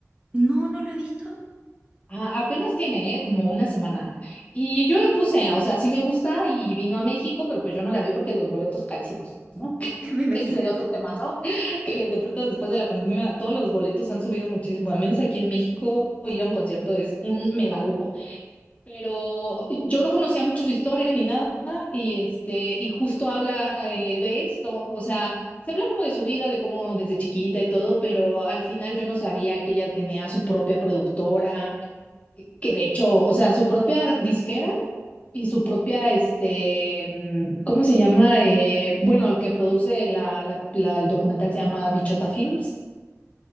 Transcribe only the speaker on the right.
no, no lo he visto,
<laughs> me imagino.